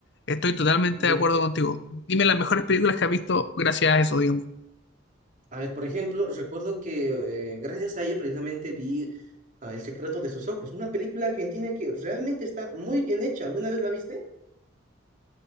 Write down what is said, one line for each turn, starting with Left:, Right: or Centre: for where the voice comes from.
Left: Estoy totalmente
Right: de-
Left: de acuerdo contigo. Dime las mejores películas que has visto gracias a eso, digamos.
Right: a ver, por ejemplo, recuerdo que eh, gracias a ello precisamente vi ah, El secreto de sus ojos, una película argentina que realmente está muy bien hecha, ¿alguna vez la viste?